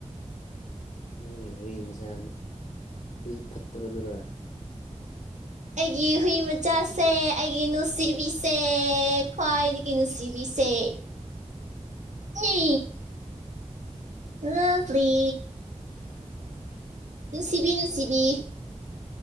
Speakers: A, on the left (about 85°); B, on the right (about 75°).
A: ꯅꯪꯒꯤ ꯍꯨꯏ ꯃꯆꯥ ꯍꯨꯏ ꯐꯠꯇꯕꯗꯨꯔ
B: ꯑꯩꯒꯤ ꯍꯨꯏ ꯃꯆꯥꯁꯦ ꯑꯩꯒꯤ ꯅꯨꯡꯁꯤꯕꯤꯁꯦ ꯈꯋꯥꯥꯏꯗꯤ ꯅꯨꯡꯁꯤꯕꯤꯁꯦ ꯏ ꯂꯞꯂꯤ
A: <unintelligible>
B: ꯅꯨꯡꯁꯤꯕꯤ ꯅꯨꯡꯁꯤꯕꯤ